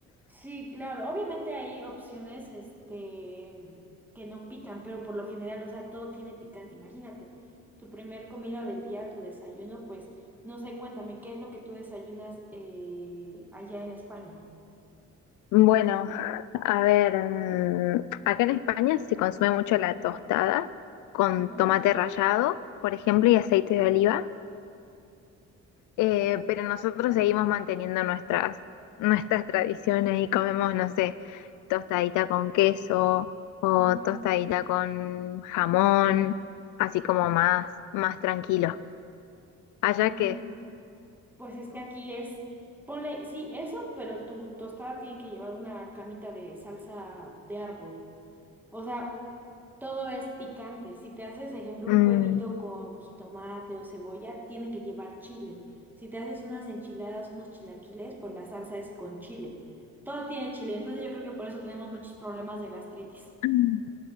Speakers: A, in the centre; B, on the left (about 80°).
A: sí, claro. Obviamente hay opciones, este, que no pican, pero por lo general, o sea, todo tiene picante. Imagínate, tu primer comida del día, tu desayuno, pues, no sé, cuéntame, ¿qué es lo que tú desayunas eh, allá en España?
B: Bueno, a ver, mm, acá en España se consume mucho la tostada con
A: Ujú,
B: tomate rallado, por ejemplo, y aceite de oliva, eh, pero nosotros seguimos manteniendo nuestras, nuestras tradiciones y comemos, no sé, tostadita con queso o
A: ujú,
B: tostadita con jamón, así como más, más tranquilo. Allá
A: mm,
B: que...
A: ujú. Pues es que aquí es, ponle, sí, eso, pero tu tostada tiene que llevar una camita de salsa de árbol. O sea, todo es picante. Si te haces, ejemplo,
B: mm,
A: un huevito con jitomate o cebolla, tiene que llevar chile. Si te haces unas enchiladas, unos chilaquiles, pues la salsa es con chile. Todo tiene chile. Entonces yo creo que por eso tenemos muchos problemas de gastritis.
B: <laughs>